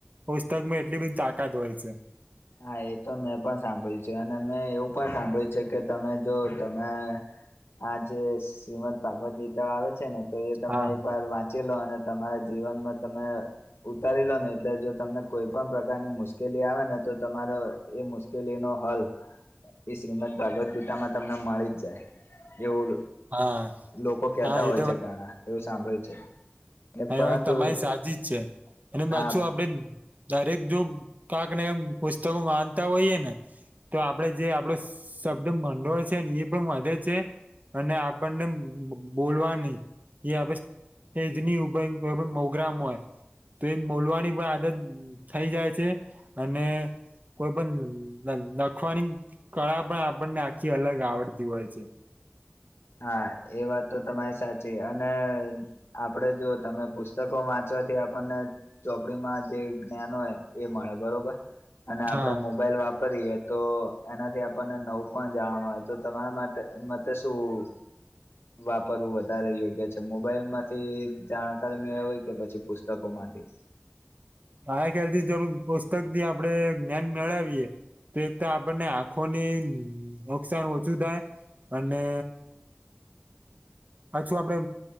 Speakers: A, on the right; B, on the left.
A: પુસ્તકમાં એટલી બધી તાકાત હોય છે.
B: હા એ તો મેં પણ સાંભળ્યું છે અને મેં એવું પણ સાંભળ્યું છે કે તમે જો તમે આ જે શ્રીમદ ભાગવત ગીતા આવે છે ને તો એ તમે
A: હા
B: એક વાર વાંચ ચી લો અને તમારા જીવનમાં તમે ઉતારી લો ને એટલે જો તમને કોઈ પણ પ્રકારની મુશ્કેલી આવે ને તો તમારો એ મુશ્કેલી નો હલ એ શ્રીમદ ભાગવદગીતામાં તમને મળી જ જાય. એવું
A: હા
B: લોકો કેતા
A: હા
B: હોય
A: એ
B: છે ઘણા એવું સાંભળે છે.
A: હા
B: પરંતુ
A: એ વાત તમારી સાચી જ છે અને પાછું
B: હા
A: આપણે દરેક જો કાક ને પુસ્તકો માનતા હોઈયે ને તો આપડે જે આપડ શબ્દ મંડોય છે ને એ પણ વધે છે. અને આપણને બો બોલવાની એ હ <unintelligible> ની ઉ <unintelligible> પ્રોગ્રામ હોય. તો એ બોલવાની પણ આદત થઈ જાય છે અને કોઈ પણ લખવાની કળા પણ આપણને આખી અલગ આવડતી હોય છે.
B: હા એ વાત તો તમારી સાચી અને આપણે જો તમે પુસ્તકો વાંચ વાથી આપણને ચોપડીમાં જે જ્ઞાન હોય એ મળે બરોબર. અને આપણેે
A: હા
B: મોબાઈલ વાપ કરીએ તો એનાથી આપણને નવ પણ જાણવામાં આવે તો તમારા માટ માટે શું <inaudible> વાપરવું વધારે યોગ્ય છે, મોબાઈલ માંથી જાણકારી મેળવી કે પછી પુસ્તકો માંથી. <unintelligible>
A: મારા ખ્યાલથી જો પુસ્તકથી આપડે જ્ઞાન મેળવીએ. એક તો આપણને આંખોને નુકસાન ઓછું થાય અને. હછું આપણે